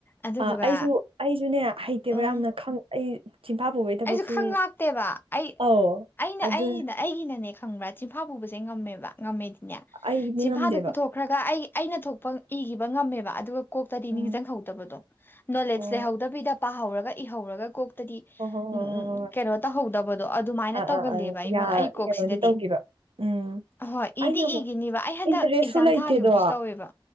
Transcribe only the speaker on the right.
ꯑ ꯑꯩꯁꯨ ꯑꯩꯁꯨꯅꯦ ꯍꯩꯇꯦꯕ
ꯌꯥꯝꯅ ꯑꯩ ꯆꯤꯟꯐꯥ ꯄꯨꯕꯒꯤ ꯊꯕꯛꯁꯨ
ꯑꯧ
ꯑꯗꯨꯅ
ꯑꯩ ꯅꯤꯡꯉꯝꯗꯦꯕ
ꯎꯝ
ꯑꯣ
ꯍꯣꯏ ꯍꯣꯏ ꯍꯣꯏ
ꯍꯣꯏ ꯍꯣꯏ
ꯑꯥ
ꯑꯥ ꯑꯥ
ꯌꯥ
ꯀꯩꯅꯣꯗꯤ ꯇꯧꯈꯤꯕ ꯎꯝ
ꯑꯩꯅ
ꯑꯃꯨꯛ
ꯏꯟꯇꯔꯦꯁꯁꯨ
ꯂꯩꯇꯦꯗꯣ